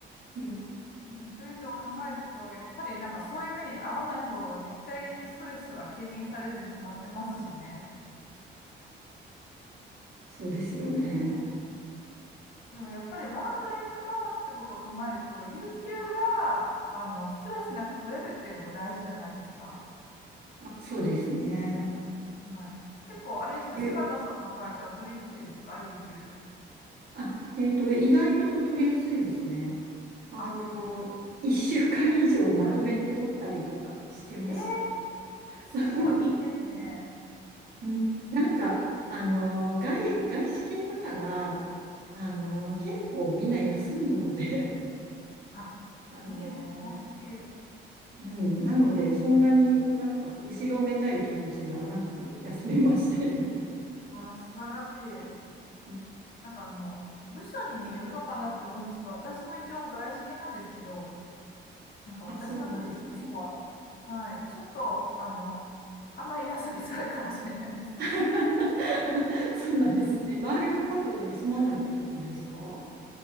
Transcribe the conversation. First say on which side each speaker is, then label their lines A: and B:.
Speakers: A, on the right; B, on the left.
A: うん、
B: <laughs> というのを考えると、やっぱりなんかそういう目に遭わない方が絶対ストレスは軽減されるに決まってますしね。
A: そうですよね。
B: でもやっぱりワークライフバランスってことを考えると、有給が、あの、ストレスなく取れるっていうのも大事じゃないですか。
A: あそうですね。
B: はい。結構、あれですか、
A: ゆ
B: 柴田さんの会社は取りやすいですか、有給。
A: あ、えっと、意外と取りやすいですね。あの、
B: あ、
A: 一週間以上まとめて取ったりとかしてました。
B: はい。えーすごい、
A: <laughs>
B: いいですね。
A: うんなんか、
B: な、
A: あの、外、外資系だから、あの、結構みんな休むので
B: あ、
A: <laughs> あの、
B: いいですね。鑑識
A: うん、なので、そんなになんか、後ろめたい気持ちはなく休めましたよ。<laughs>
B: は素晴らしい。
A: うん
B: なんかあの、部署にね、よるのかなと思うんですけど、私も一応外資系なんですけど、なんか私の部署は、
A: あ、そうなんですね。
B: はい、ちょっと、あの、あんまり休みづらいかもしれないです。
A: <laughs> そうなんですね。周りのこと休まないってことですか
B: <laughs> はい